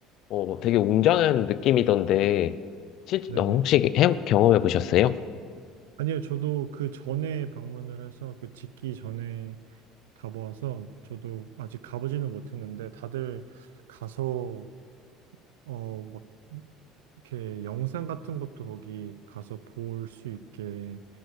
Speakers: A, on the left; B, on the right.
A: 어, 되게 웅장한 느낌이던데. 실,
B: 네네.
A: 어, 혹시 해, 경험해 보셨어요?
B: 아니요, 저도 그 전에 방문을 해서 그 짓기 전에 가보아서 저도 아직 가보지는 못했는데 다들 가서 어, 막 이렇게 영상 같은 것도 거기 가서 볼 수 있게